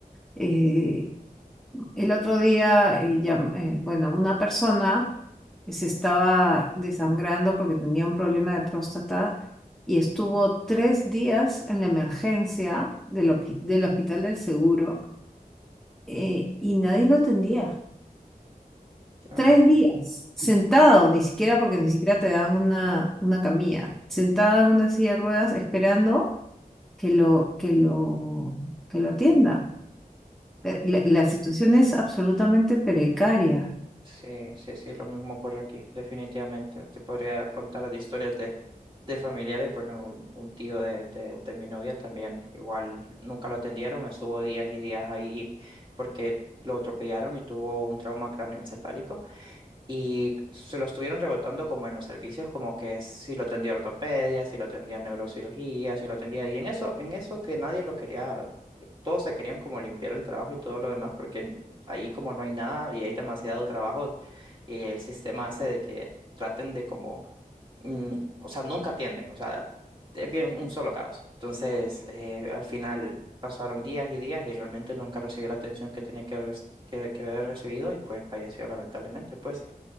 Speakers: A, in the centre; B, on the right (about 30°).
A: eh, El otro día, eh, llam- eh, bueno, una persona se estaba desangrando porque tenía un problema de próstata y estuvo tres días en la emergencia del, hopi- del Hospital del Seguro eh, y nadie lo atendía.
B: se imagina.
A: Tres días, sentado, ni siquiera porque ni siquiera te dan una, una camilla, sentada en una silla de ruedas esperando que lo, que lo, que lo atienda. Eh, La, la situación es absolutamente precaria.
B: Sí, sí, sí, lo mismo ocurre aquí, definitivamente. Te podría contar de historias de, de familiares, bueno, un, un tío de, de, de mi novia también, igual nunca lo atendieron, estuvo días y días ahí porque lo atropellaron y tuvo un trauma cráneoencefálico. Y se lo estuvieron rebotando como en los servicios, como que si lo tendía ortopedia, si lo tendía neurocirugía, si lo tendía... Y en eso, en eso que nadie lo quería, todos se querían como limpiar el trabajo y todo lo demás, porque en- ahí como no hay nada y hay demasiado trabajo, eh, el sistema hace de que traten de como, mm, o sea, nunca atienden, o sea, es bien un solo caos. Entonces, eh, al final pasaron días y días y realmente nunca recibió la atención que tenía que, rec- que, que haber recibido y pues falleció lamentablemente, pues.